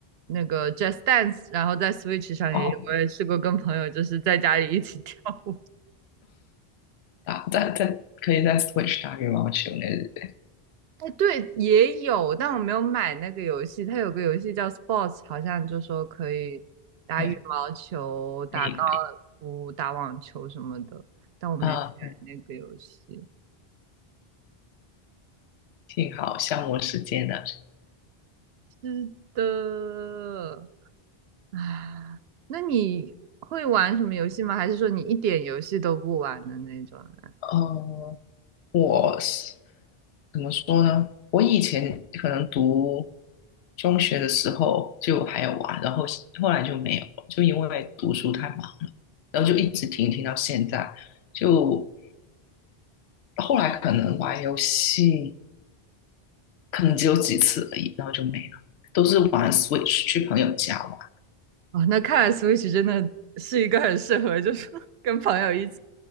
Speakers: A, on the right; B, on the left.
A: 那个 Just Dance，然后在 Switch 上也有，
B: 哦，
A: 我也试过跟朋友就是在家里一起 <laughs> 跳舞。
B: 打再再可以再 switch 打羽毛球那日
A: 哎，对，也有，但我没有买那个游戏。它有个游戏叫 Sports，好像就说可以打羽毛球、
B: 对，
A: 打高尔夫、
B: 可以可以
A: 打网球什么的，但我没买那个游戏。
B: 啊，对，挺好，消磨时间的。
A: 是的。啊，那你会玩什么游戏吗？还是说你一点游戏都不玩的那种人？
B: 呃，我是怎么说呢？我以前可能读中学的时候就还有玩，然后后来就没有，就因为读书太忙，然后就一直停停到现在。就后来可能玩游戏，可能只有几次而已，然后就没了，都是玩 Switch 去朋友家玩。
A: 哦，那看来 Switch 真的是一个很适合，就是 <laughs> 跟朋友一起